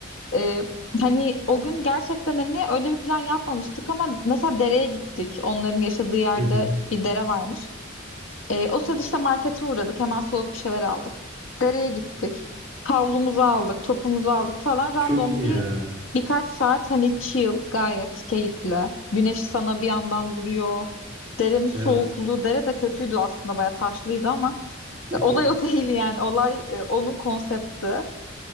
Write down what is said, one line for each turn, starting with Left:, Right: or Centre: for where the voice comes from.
Left: E, hani o gün gerçekten hani öyle bir plan yapmamıştık ama mesela dereye gittik. Onların yaşadığı yerde
Right: Hı hı.
Left: bir dere varmış. E, o sırada işte markete uğradık. Hemen soğuk bir şeyler aldık. Dereye gittik. Havlumuzu aldık, topumuzu aldık falan. Random
Right: Çok iyi
Left: bir
Right: ya.
Left: birkaç saat hani chill, gayet keyifli. Güneş sana bir yandan vuruyor. Derenin soğukluğu,
Right: Evet.
Left: dere de kötüydü aslında bayağı taşlıydı ama <laughs>
Right: <laughs>
Left: e, olay o değil yani. Olay e, onun konsepti.